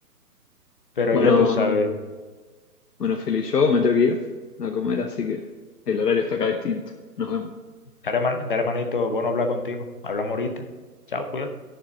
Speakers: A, on the left; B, on the left.
A: Pero
B: Bueno,
A: ya tú sabes. viejo.
B: bueno, Feli, yo me tengo que ir a comer, así que el horario está acá distinto. Nos vemos.
A: Dale, man- dale manito, bueno hablar contigo. Hablamos ahorita. Chao, cuídate.